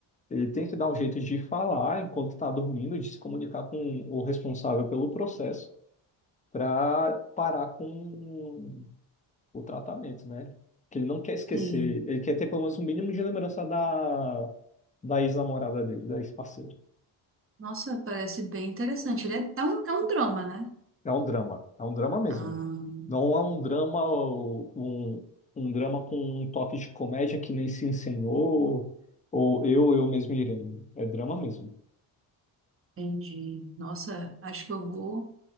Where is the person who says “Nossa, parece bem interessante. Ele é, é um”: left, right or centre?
Right